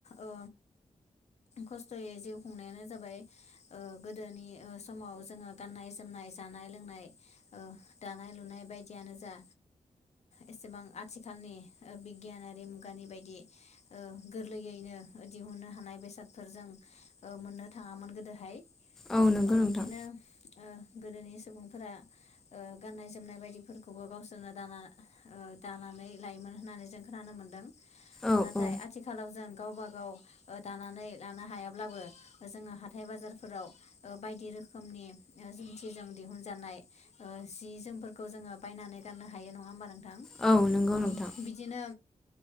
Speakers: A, on the left; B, in the centre.
A: ओ खस्थ'यै जिउ खुंनायानो जाबाय ओ गोदोनि समाव जोङो गाननाय जोमनाय जानाय लोंनाय दानाय लुनाय बायदियानो जा एसेबां आथिखालनि बिगियानारि मुगानि बायदि गोरलैयैनो दिहुनो हानाय बेसादफोर जों मोननो थाङामोन गो दहाय
B: औ नंगौ
A: ओ
B: नोंथां
A: बिदिनो ओ गोदोनि सुबुंफोरा गाननाय जोमनाय बायदिफोरखौबो गावसोरनो दाना ओ दानानै लायोमोन होननानै जों खोनानो मोन्दों
B: औ
A: नाथाय
B: औ
A: आथिखालाव जों गावबा गाव दानानै लानो हायाब्लाबो जोङो हा हाथाइ बाजारफोराव बायदि रोखोमनि जुंथिजों दिहुनजानाय जि जोमफोरखौ जोङो बायनानै गाननो हायो नङा होमबा नों थां
B: औ नंगौ नोंथां
A: औ बिदिनो